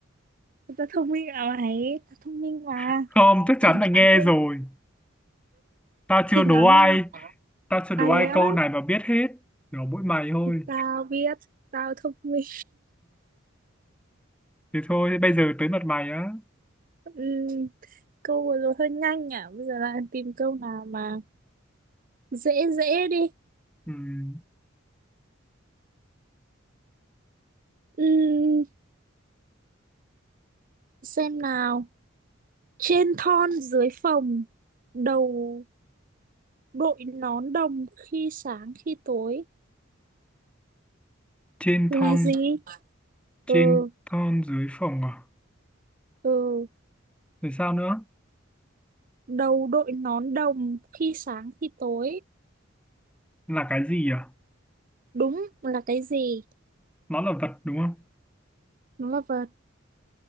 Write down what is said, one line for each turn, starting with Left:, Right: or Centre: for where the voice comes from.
Right: người ta thông minh à mày ta thông minh mà
Centre: <laughs> không chắc
Right: thỉnh
Centre: chắn là nghe
Right: thoảng không
Centre: rồi tao chưa
Right: thỉnh
Centre: đố
Right: thoảng
Centre: ai
Right: không
Centre: tao chưa đố
Right: à
Centre: ai
Right: thế á
Centre: câu này mà biết hết Đố mỗi mày thôi
Right: tao biết tao thông minh
Centre: Thế thôi, bây giờ tới mặt mày á.
Right: <laughs> ừ. câu vừa rồi hơi nhanh à bây giờ lại tìm câu nào mà dễ dễ đi
Centre: Ừm,
Right: Ừm, xem nào trên thon dưới phòng đầu đội nón đồng khi sáng khi tối
Centre: trên
Right: là
Centre: thon,
Right: gì
Centre: trên
Right: ừ
Centre: thon dưới phồng à?
Right: ừ
Centre: Rồi sao nữa?
Right: đầu đội nón đồng khi sáng khi tối
Centre: Là cái gì à?
Right: đúng là cái gì
Centre: Nó là vật đúng không?
Right: nó là vật